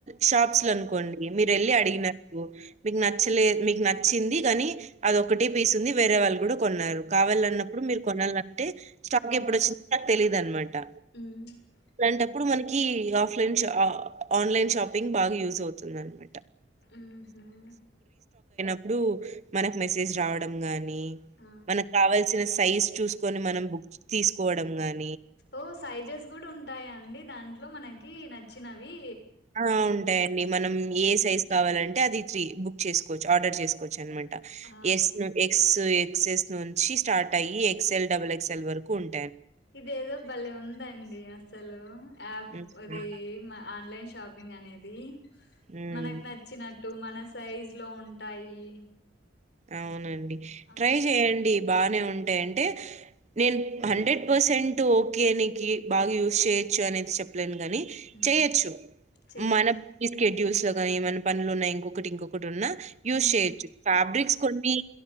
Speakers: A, on the right; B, on the left.
A: షాప్స్ స్లనుకోండి ఇగ మీరు వెళ్ళి
B: ఆ
A: అడిగిన రు మీక్ నచ్చలేదు మీక్ నచ్చింది గనీ అదోక్కటే పీస్ ఉంది వేరే వాళ్ళు కూడ కొన్నారు కావలన్నప్పుడు మీరు కొనాలంటే స్టాక్
B: ఉమ్
A: ఎప్పుడు వచ్చుంటా తెలిద అన్నమాట్ డ
B: ఉమ్
A: అట్లాంటప్పుడు మనక్ కీ ఆఫ్లైన్ షా ఆన్లైన్ షాపింగ్ బాగా యూజ్ అవుతుంది అనమాట్
B: మ్మ్ హ్మ్
A: ప్పుడు మనకు మెసేజ్ రావడం గాని నీ
B: ఆ
A: మనక్ కావల్సిన సైజ్ చూసుకొని మనం బుక్ తీసుకోవడం గని
B: ఓ సైజెస్ కూడు ఉంటాయా అండి దాంట్లో మనక్ కీ నచ్చినవీ
A: ఆ ఉంటాయండి మనం ఏ సైజ్ కావాలం టే అదిత్రి బుక్ చేసుకోచ్చు ఆర్డర్ చేసుకోవచ్చన్నమాట్ టా
B: ఆ
A: ఎస్ ను ఎగ్స్ ఏ ఎక్సెస్ నుంచి స్టార్ట్ అయ్యి ఎక్సల్ డబుల్ ఎక్సల్ వరకు ఉన్
B: ఇదెదో బలే ఉందండి అసలు యాప్
A: హ్మ్.
B: అది
A: హ్మ్.
B: మా ఆన్లైన్ షాపింగ్ అనేది
A: హ్మ్.
B: మనకు నచ్చినట్టు మన సైజ్ ఇంట్లో లో ఉంటాయి
A: అవునండి
B: ఆ
A: ట్రై చేయండి బానే ఉంటయి అంటే నేను హండ్రెడ్ పర్సెంట్ ఓకే నీకి బాగా యూస్ చేయొచ్చు అనేది చెప్పలేను కని
B: ఉమ్
A: చేయొచ్చు
B: చేయొచ్చు
A: మనం తీస్క చూసా కాని ఏమన్న పనులునయి ఇంకొకటి ఇంకో ఇప్పుడు ఉన్న
B: ఉమ్
A: యూజ్ చేయొచ్చు ఫాబ్రిక్స్ కీ